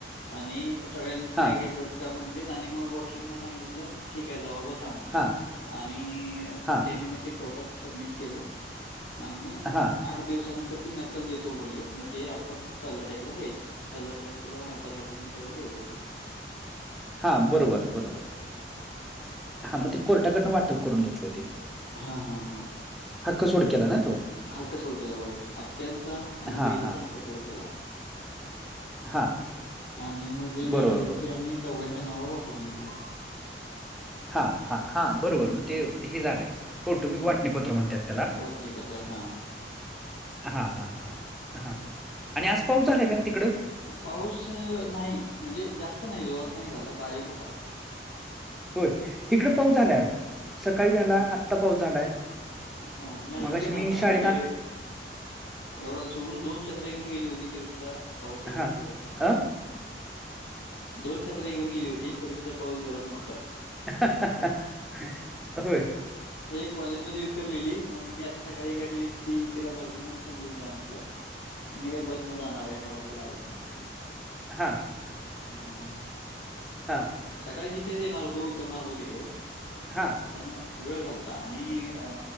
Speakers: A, on the left; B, in the centre.
A: आणि सगळ्यांच्या सह्या
B: हां,
A: घेतल्यात का म्हंटलेत आणि मग वकील न सांगितलं ठीक आहे जावा बसा
B: हां,
A: आणि अ
B: हां,
A: त्यांनी ते मग कोर्टात सबमिट केलं आणि
B: हां,
A: आठ दिवसानंतर ती नक्कल देतो बोललेत, मग ते आपण तलाठ्याकड द्यायची. तलाठ्यांकड तलाठ्यांच्याकड द्यायचं आपलं
B: हा बरोबर -बरोबर हा, मग ते कोर्टाकडन वाटप करून घेतलं ते
A: हा-हा-हा,
B: हक्क सोड केला ना तो.
A: हक्क सोड केला होय, आत्यांचा आणि
B: हां,
A: बहिणीचा
B: हां,
A: हक्क सोड केला.
B: हां.
A: आणि मग जे काय
B: बरोबर,
A: राहिलं
B: बरोबर.
A: ते आम्ही चौघांच्या नावावर वाटून घेतलं.
B: हा-हा-हा, बरोबर मग ते हे झालय कौटुंबिक
A: हा
B: वाटणीपत्र म्हणत्यात त्याला
A: वाटणीपत्र हा
B: हा-हा-हा-हा, आणि आज पाऊस झालाय का तिकडं?
A: पाऊस नाही, म्हणजे जास्त नाही जोरात नाही झाला बारीक होता.
B: होय, हिकडं पाऊस झालाय आज. सकाळी झाला,
A: हा
B: आत्ता पाऊस झालाय,
A: हा नाही
B: मगाशी
A: इकडे नव्हता
B: मी शाळेत
A: म्हणजे
B: आ
A: एवढा सोनू दोन छत्र्या घेऊन गेली होती तरी सुद्धा पाऊस एवढा
B: हां.
A: जोरात नव्हता.
B: अ?
A: दोन छत्र्या घेऊन गेली होती तरी सुद्धा पाऊस जोरात नव्हता.
B: <unintelligible> अ होय.
A: एक कॉलेज मध्ये विसरलेली मग मी आता सकाळी काडली ती तिला नव्हती मग तू घेऊन जा म्हटलं मी काय बसने जाणार आहे. मला काय लागे नाही छत्री.
B: हां,
A: हा.
B: हां,
A: सकाळी तिथेच येणार होतो. उतरणार होतो तिकडे.
B: हां,
A: पण ना, वेळ झालता आणि अ